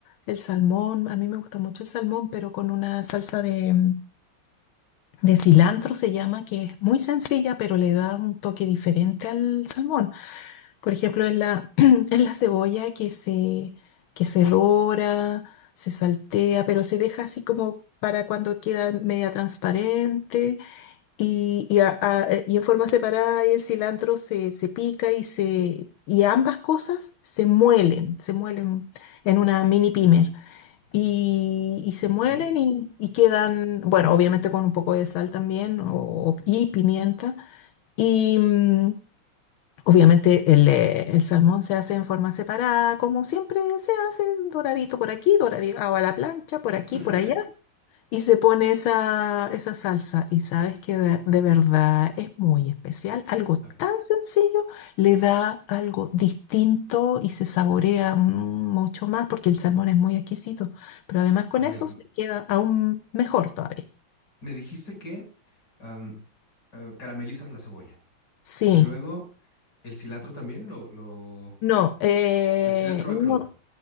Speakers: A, on the left; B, on the left.
A: el salmón. A mí me gusta mucho el salmón, pero con una salsa de, mm, de cilantro se llama, que es muy sencilla, pero le da un toque diferente al salmón. Por ejemplo, es la, <clears throat> es la cebolla que se, que se dora, se saltea, pero se deja así como para cuando queda media transparente y, y, a- a- eh, y en forma separada y el cilantro se, se pica y se y ambas cosas se muelen, se muelen en una mini pimer y, y se
B: Ok.
A: muelen y, y quedan, bueno, obviamente con un poco de sal también o, y pimienta. y mm, Obviamente el, eh, el salmón se hace en forma separada, como siempre se hace, doradito por aquí, doradito a la plancha, por aquí,
B: <laughs>
A: por allá, y se pone esa, esa salsa. Y sabes que de, de verdad es muy especial. Algo
B: A ver,
A: tan sencillo le da algo distinto y se saborea mm, mucho más porque el salmón es muy exquisito. Pero además con
B: a ver,
A: eso
B: m-
A: se queda aún mejor todavía.
B: me dijiste que am, eh, caramelizas la cebolla
A: Sí.
B: y luego El cilantro también lo, lo...
A: No, eh,
B: El cilantro va
A: no,
B: crudo.